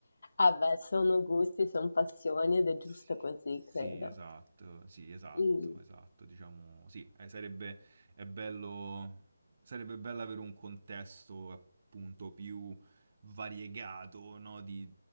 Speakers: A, on the left; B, on the right.
A: Ah beh, sono gusti, son passioni ed è
B: Sì,
A: giusto così,
B: sì,
A: credo.
B: esatto, sì, esatto,
A: Mh.
B: esatto, diciamo, sì, eh, sarebbe, è bello, sarebbe bello avere un contesto appunto più variegato, no, di,